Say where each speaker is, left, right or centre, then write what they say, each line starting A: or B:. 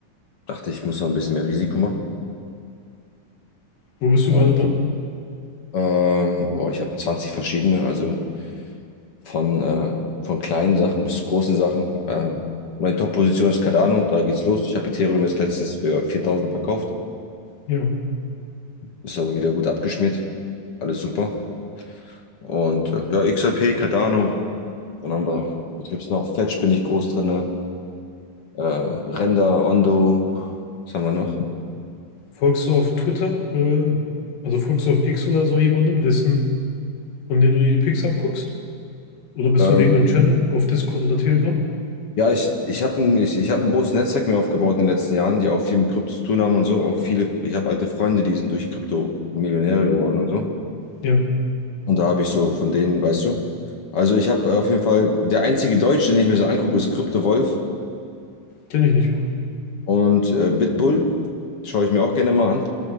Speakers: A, on the left (about 45°); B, on the left (about 75°).
A: dachte, ich muss noch ein bisschen mehr Risiko machen.
B: Wo bist
A: Und
B: du gerade drin?
A: ähm, boah, ich habe 20 verschiedene, also Von, äh, von kleinen Sachen bis großen Sachen. Ähm, meine Top-Position ist Cardano, da geht's los. Ich habe Ethereum jetzt letztens für 4000 verkauft.
B: Ja.
A: Ist aber wieder gut abgeschmiert. Alles super. Und äh, ja, XRP, Cardano. Dann haben wir, was gibt's noch? Fetch bin ich groß drin. Äh, Render, Ondo. Was haben wir noch?
B: Folgst du auf Twitter, äh, also folgst du auf X oder so jemandem, dessen, von dem du dir die Pics abguckst? Oder bist
A: Ähm,
B: du in irgendeinem Channel, auf Discord oder Telegram?
A: ja, ich, ich habe ein, ich, ich hab ein großes Netzwerk mir aufgebaut in den letzten Jahren, die auch viel mit Krypto zu tun haben und so. Auch viele, ich habe alte Freunde, die sind durch Krypto Millionäre geworden und so.
B: Ja,
A: Und da habe ich so von denen, weißt du. Also ich habe äh, auf jeden Fall, der einzige Deutsche, den ich mir so angucke, ist Krypto Wolf
B: kenne ich nicht mal.
A: und äh, Bitbull. Schaue ich mir auch gerne mal an.